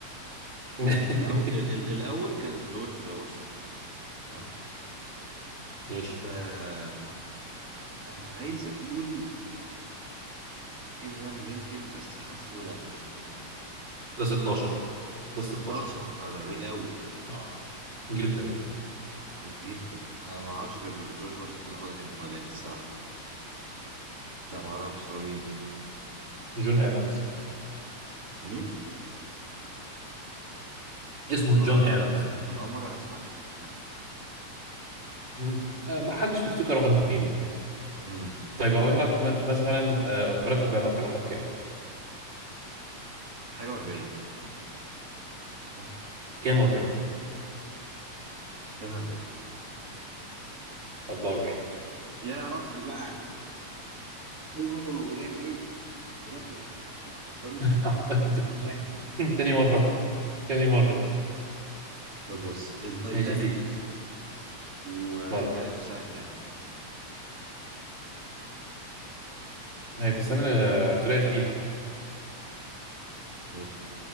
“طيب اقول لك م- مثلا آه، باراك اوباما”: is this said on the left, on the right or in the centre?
Right